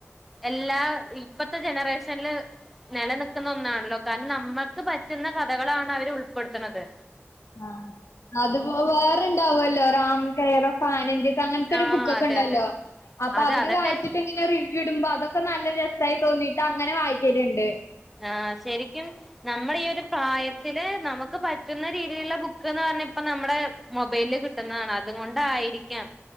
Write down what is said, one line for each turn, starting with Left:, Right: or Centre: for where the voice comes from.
Centre: എല്ലാ ഇപ്പത്തെ ജനറേഷനിൽ നിലനിൽക്കുന്ന ഒന്നാണല്ലോ കാരണം നമ്മ ക്ക് പറ്റുന്ന കഥകളാണ് അവർ ഉൾപ്പെടുത്തണ്ത്
Left: ആഹ് അത്പ്പോ വേറെ ഇണ്ടാവല്ലോ Ram care of Annie India അങ്ങനത്തെ
Centre: ആഹ്
Left: ഒരു ബുക്ക് ഒക്കെ
Centre: അതെ
Left: ഉണ്ടല്ലോ
Centre: അതെ
Left: അപ്പൊ
Centre: അതെ
Left: അവര്
Centre: അതൊക്കെ
Left: വായിച്ചിട്ട്‌ റിവ്യൂ ഇടുമ്പോ അതൊക്കെ നല്ല രസമായി തോന്നീട്ട് അങ്ങനെ വായിക്കലുണ്ട്
Centre: ആഹ് ശരിക്കും നമ്മള് ഈ ഒരു പ്രായത്തില് നമുക്ക് പറ്റുന്ന രീതിയിലുള്ള ബുക്ക്ന്ന് പറഞ്ഞ ഇപ്പം നമ്മുടെ മൊബൈയ്ല് കിട്ടുന്നതാണ് അതുകൊണ്ടായിരിക്കാം